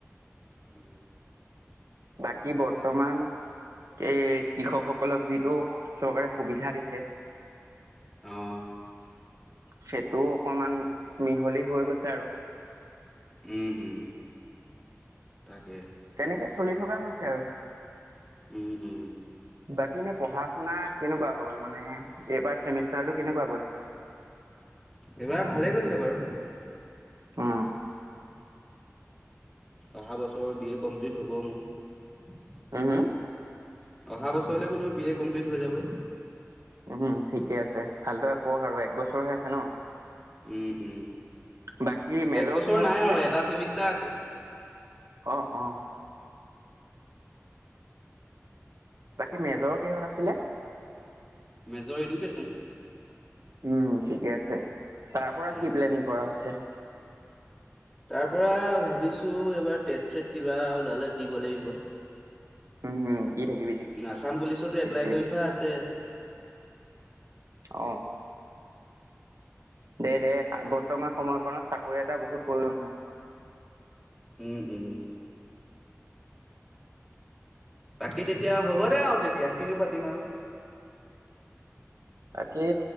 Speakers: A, in the centre; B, on the right (about 85°).
A: উম উম।
B: বাকী বৰ্তমান এই কৃষকসকলক যিটো চৰকাৰে সুবিধা দিছে।
A: উম।
B: সেইটোও অকনমান মিহলি হৈ গৈছে আৰু।
A: উম, উম, তাকে।
B: তেনেকে চলি থকা হৈছে আৰু।
A: উম, উম,
B: বাকী ইনে পঢ়া শু। শুনা কেনেকুৱা হ'ল মানে এইবাৰ চেমিষ্টাৰ টো কেনেকুৱা গ'ল।
A: এইবাৰ ভালেই গৈছে বাৰু।
B: আহ।
A: অহা বছৰ চৰ বি এ কমপ্লিট হ'ব মোৰ।
B: উম, হুম
A: অহা বছৰলে বোলো বি এ কমপ্লিট। হৈ যাব।
B: উম ঠিকে আছে ভালদৰে পঢ় আৰু এক বছৰহে আছে ন।
A: উম উম।
B: বাকী মেজৰ
A: এক বছৰ
B: কিহত
A: নাই
B: আছিলে
A: আৰু এটা চেমিষ্টাৰ আছে,
B: অ অ। বাকী মেজৰ
A: তাকে,
B: কিহঁত আছিলে।
A: দৰ এডুকেশ্যন।
B: উম ঠিকে আছে। তাৰ পৰা
A: উম,
B: কি প্লেনিং
A: উম।
B: কৰা হৈছে।
A: তাৰ পৰা ভাবিছো এইবাৰ টেট চেট কিবা ওলালে দিব লাগিব।
B: উম, দি থাকিবি দি
A: আছাম পুলিচতো এপ্লাই
B: থাকিবি
A: কৰি থোৱা আছে।
B: অ। দে দে। বৰ্তমান সময়কণত চাকৰি এটা বহুত প্ৰয়োজন হয়।
A: উম উম। বাকী তেতিয়া হ'ব দে আও তেতিয়া কিনো পাতিম আৰু।
B: বাকী